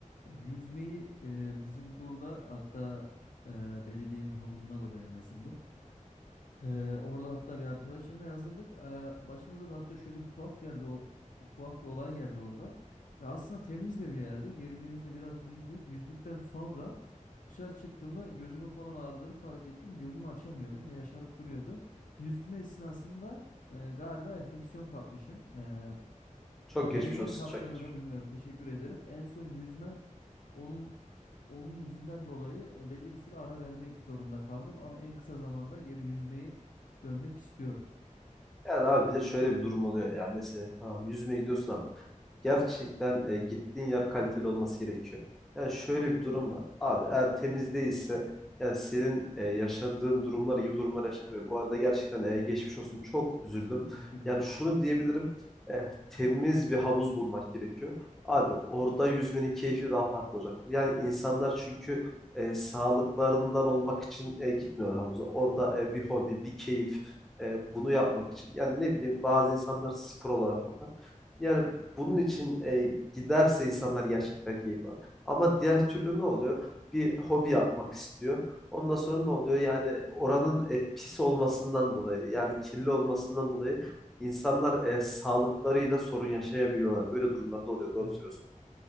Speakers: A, on the left; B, in the centre.
A: E, Yüzmeyi e, bizim burada hatta e, belediyenin havuzuna da ben yazıldım. Ee, orada hatta bir arkadaşımla yazıldık. Ee, başımıza da hatta şöyle bir tuhaf geldi o tuhaf bir olay geldi orada. Ya aslında temiz de bir yerde. Girdiğimizde biraz yüzdük. Yüzdükten sonra dışarı çıktığımda gözümün falan ağrıdığını fark ettim. Gözümü açamıyordum ve yaşarıp duruyordu. Yüzme esnasında e, galiba enfeksiyon kapmışım. Ee,
B: Çok
A: e,
B: geçmiş
A: Neyden
B: olsun.
A: kaptığını
B: Çok geçmiş.
A: da bilmiyorum. Teşekkür ederim. En son yüzmem onun onun yüzünden dolayı e, belli bir süre ara vermek zorunda kaldım ama en kısa zamanda geri yüzmeyi dönmek istiyorum.
B: Yani abi bir de şöyle bir durum oluyor. Yani mesela tamam yüzmeye gidiyorsun ama gerçekten e, gittiğin yer kaliteli olması gerekiyor. Yani şöyle bir durum
A: Evet.
B: var. Abi eğer temiz değilse yani senin e, yaşadığın durumlar gibi durumlar yaşanıyor. Bu arada gerçekten e, geçmiş olsun çok üzüldüm.
A: Teşekkürler.
B: Yani şunu diyebilirim. e, temiz bir havuz bulmak gerekiyor. Abi orada yüzmenin keyfi daha farklı olacaktır. Yani insanlar çünkü e, sağlıklarından olmak için e, gitmiyorlar havuza. Orada e, bir hobi, bir keyif e, bunu yapmak için. Yani ne bileyim bazı insanlar spor olarak yapar. Yani bunun için e, giderse insanlar gerçekten keyif alır. Ama diğer türlü ne oluyor? Bir hobi yapmak istiyor. Ondan sonra ne oluyor? Yani oranın e, pis olmasından dolayı, yani kirli olmasından dolayı insanlar e, sağlıklarıyla sorun yaşayabiliyorlar. Böyle durumlarda oluyor. Doğru
A: Evet.
B: söylüyorsun.